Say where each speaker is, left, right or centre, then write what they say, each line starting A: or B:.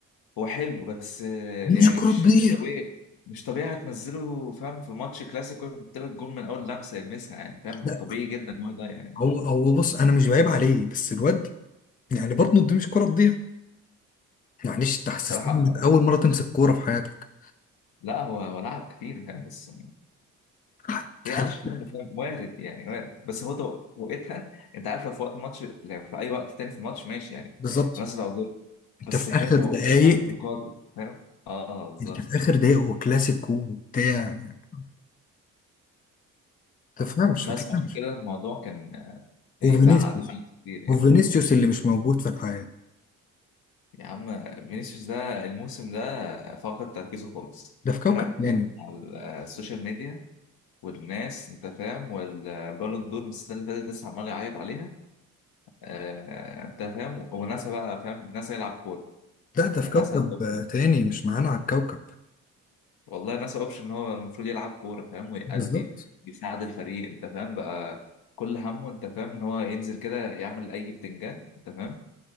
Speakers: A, on the left; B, on the left.
A: هو حلو بس آه،
B: دي
A: يعني
B: مش كره
A: مش
B: تضيع
A: مش طبيعي مش طبيعي هتنزله فاهم في ماتش كلاسيكو يحط لك جول من اول لمسه يلمسها يعني فاهم
B: لا
A: طبيعي جدا هو ده يعني
B: هو هو بص انا مش بعيب عليه بس الواد يعني برضه دي مش كره تضيع معلش انت حسستني
A: بصراحه آه،
B: انك اول مره تمسك كوره في حياتك
A: لا هو هو لعب كتير فاهم بس
B: حتى
A: هي قلشت
B: <laughs>
A: منه فاهم وارد يعني وارد بس هو تو- وقتها انت عارف لو في وقت ماتش لو في اي وقت تاني في الماتش ماشي يعني
B: بالظبط
A: الناس العظيم بس
B: انت في
A: هي
B: اخر
A: توقيتها
B: دقايق
A: مقاطع فاهم اه بالظبط
B: انت في اخر دقايق وكلاسيكو وبتاع ما تفهمش
A: بس
B: ما تفهمش
A: عشان كده الموضوع كان
B: وفينيسيوس
A: آه، يزعل كتير يعني
B: وفينيسيوس اللي مش موجود في الحياة
A: يا عم فينيسيوس ده الموسم ده فقد تركيزه خالص
B: ده في كوكب
A: ركز
B: تاني
A: على السوشيال ميديا والناس انت فاهم والبالون دور من السنه اللي فاتت لسه عمال يعيط عليها آه انت فاهم وناسا بقى فاهم ناسا يلعب كوره
B: لا ده
A: يعني
B: في كوكب
A: ناسا الاوبشن
B: آه، تاني
A: كده.
B: مش معانا على الكوكب
A: والله ناسا اوبشن ان هو المفروض يلعب كوره فاهم ويأدي
B: بالظبط
A: بيساعد الفريق انت فاهم بقى كل همه انت فاهم ان هو ينزل كده يعمل اي بتنجان انت فاهم